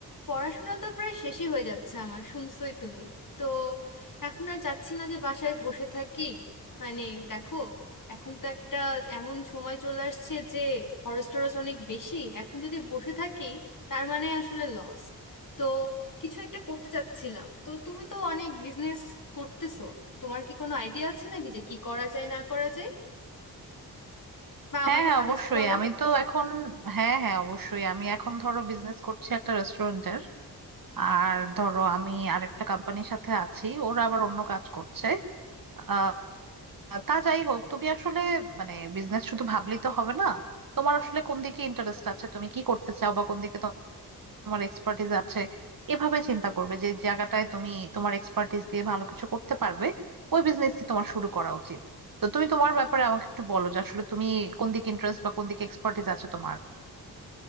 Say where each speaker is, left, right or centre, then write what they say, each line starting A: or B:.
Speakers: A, on the left; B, on the right.
A: পড়াশোনা তো প্রায় শেষই হয়ে যাচ্ছে আমার শুনছোই তুমি তো এখন আর চাচ্ছি না যে বাসায় বসে থাকি মানে দেখো এখন তো একটা এমন সময় চলে আসছে যে খরচ টরচ অনেক বেশি এখন যদি বসে থাকি তার মানে আসলে লস তো কিছু একটা করতে চাচ্ছিলাম তো তুমি তো অনেক বিজনেস করতেছো তোমার কি কোনো আইডিয়া আছে নাকি যে কি করা যায় না করা যায় বা
B: হ্যাঁ
A: আমাকে
B: হ্যাঁ
A: সাজেস্ট
B: অবশ্যই
A: করো
B: আমি তো এখন হ্যাঁ হ্যাঁ অবশ্যই আমি এখন ধরো বিজনেস করছি একটা রেস্টুরেন্টের আর ধরো আমি আরেকটা কোম্পানির সাথে আছি ওরা আবার অন্য কাজ করছে আহ, তা যাই হোক তুমি আসলে মানে বিজনেস শুধু ভাবলেই তো হবে না তোমার আসলে কোন দিকে ইন্টারেস্ট আছে তুমি কি করতে চাও বা কোন দিকে তোমার এক্সপার্টিস আছে এভাবে চিন্তা করবে যে জায়গাটায় তুমি তোমার এক্সপার্টিস দিয়ে ভালো কিছু করতে পারবে ওই বিজনেসই তোমার শুরু করা উচিত তো তুমি তোমার ব্যাপারে আমাকে একটু বলো যে আসলে তুমি কোন দিকে ইন্টারেস্ট বা কোন দিকে এক্সপার্টিস আছে তোমার